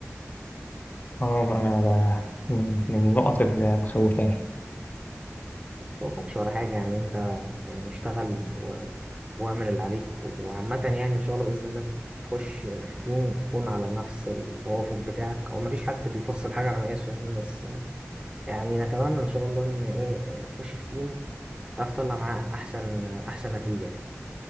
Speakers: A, on the left (about 35°); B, on the right (about 20°).
A: اه أنا ب- من من النقط اللي مخوفاني
B: هو ما فيش ولا حاجة يعني انت يعني اشتغل واعمل اللي عليك وعامة يعني إن شاء الله بإذن الله تخش في تيم يكون على نفس التوافق بتاعك أو مفيش حد بيفصل حاجة على مقاسه يعني بس يعني نتمنى إن شاء الله إن إيه يعني تخش في تيم تعرف تطلع معاه أحسن أحسن نتيجة يعني.